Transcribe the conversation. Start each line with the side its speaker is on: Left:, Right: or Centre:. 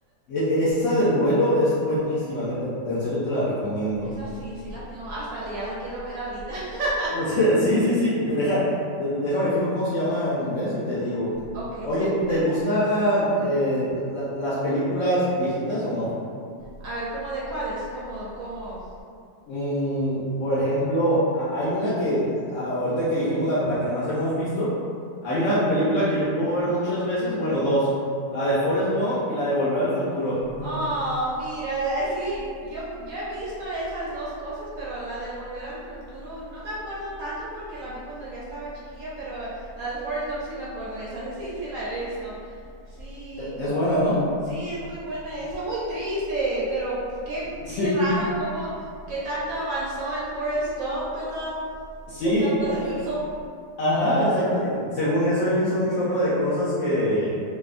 Left: E- Esa del vuelo es buenísima, neta. En serio te la recomiendo.
Right: Esa
Left: <laughs>
Right: sí, sí la tengo. Hasta ya la quiero ver ahorita. <laughs>
Left: O sea, sí, sí, sí. Deja, de- déjame fijo cómo se llama en inglés y te digo.
Right: Ok,
Left: Oye,
Right: sí, sí,
Left: ¿te
Right: sí.
Left: gustan eh, la- la- las películas viejitas o no?
Right: A ver, ¿cómo de cuáles? Como, como...
Left: Mm, por ejemplo, ha- hay una que a- ahorita que dijimos la, la que más hemos visto, hay una película que yo puedo ver muchas veces, bueno, dos, la de Forrest Gump y la de Volver al Futuro. <laughs>
Right: Oh, mira, la- sí, yo, yo he visto esas dos cosas, pero la del Volver al Futuro no me acuerdo tanto porque la vi cuando ya estaba chiquilla, pero la del Forrest Gump sí me acuerdo, esa sí, sí la he visto. Sí,
Left: E- Es buena, ¿no?
Right: Sí, es muy buena esa, muy triste, pero qué,
Left: Sí,
Right: qué raro cómo, qué tanto avanzó el Forrest Gump, ¿verdad?
Left: sí,
Right: ¿Qué tanto
Left: eh,
Right: hizo?
Left: Ajá, exacto. Y Según eso, él hizo un chorro de cosas que,